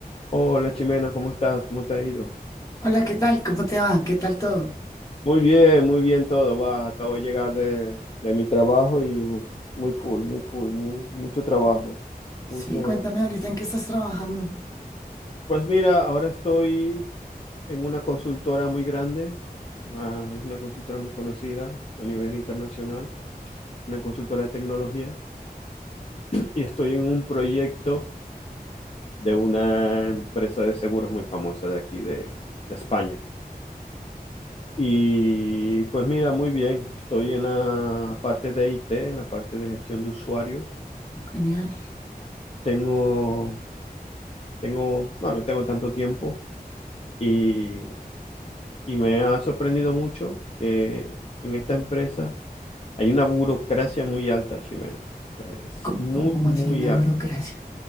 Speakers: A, on the left; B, on the left.
A: Hola Chimena, ¿cómo estás? ¿Cómo te ha ido?
B: Hola, ¿qué tal? ¿Cómo te va? ¿Qué tal todo?
A: Muy bien, muy bien todo. Va, acabo de llegar de, de mi trabajo y uf, muy full, muy full, mu- mucho trabajo. Mucha...
B: Sí, cuéntame ahorita en qué estás trabajando.
A: Pues mira, ahora estoy en una consultora muy grande, ah, es una consultora muy conocida a nivel internacional, una consultora de tecnología, y estoy en un proyecto de una empresa de seguros muy famosa de aquí, de, de España. Y pues mira, muy bien, estoy en la parte de IT, en la parte de gestión de usuarios.
B: Genial.
A: Tengo, tengo, bueno, no tengo tanto tiempo y, y me ha sorprendido mucho que en esta empresa hay una burocracia muy alta, Ximena. O sea, es
B: ¿Cómo,
A: muy,
B: cómo, cómo
A: muy
B: así una
A: alta.
B: burocracia?